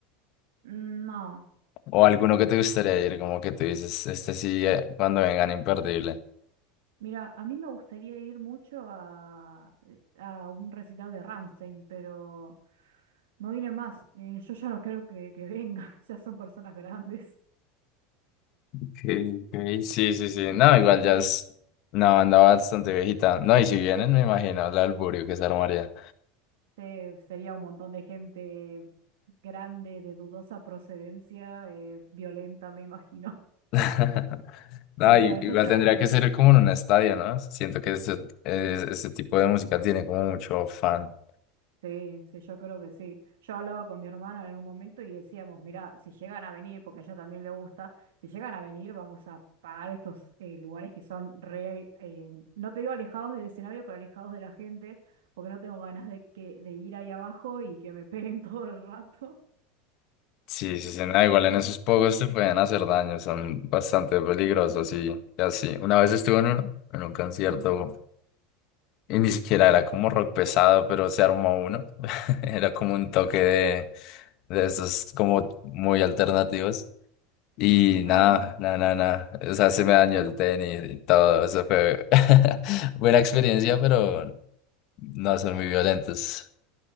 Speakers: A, on the right; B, on the left.
A: no.
B: O alguno que te gustaría ir, como que tú dices, este sí, eh, cuando vengan, imperdible.
A: Mira, a mí me gustaría ir mucho a, eh, a un recital de Rammstein, pero no viene más. Eh, yo ya no creo que, que venga, <laughs> ya son personas grandes.
B: Okay, ok. Sí, sí, sí. No, igual ya es una banda bastante viejita. No, y si vienen, me imagino el alburio que se armaría.
A: Se- sería un montón de gente grande, de dudosa procedencia, eh, violenta, me imagino. <laughs>
B: <laughs> No,
A: O sea,
B: y-
A: yo
B: igual
A: ya
B: tendría que ser como en un estadio, ¿no? Siento que ese, eh, ese tipo de música tiene como mucho fan.
A: Sí, sí, yo creo que sí. Yo hablaba con mi hermana en un momento y decíamos, mira, si llegan a venir, porque a ella también le gusta, si llegan a venir vamos a pagar estos eh, lugares que son re, eh, no te digo alejados del escenario, pero alejados de la gente, porque no tengo ganas de, que, de ir ahí abajo y que me peguen <laughs> todo el rato.
B: Sí, sí, sí,
A: Eh,
B: no, igual en esos pogos te pueden hacer daño, son bastante peligrosos y, y así. Una vez estuve en uno, en un concierto, y ni siquiera era como rock pesado, pero se armó uno. <laughs> Era como un toque de, de esos como muy alternativos. Y
A: ah,
B: nada, nada, nada, nada. O sea, se me dañó el tenis y todo. Eso fue <laughs> buena experiencia, pero no son muy violentos.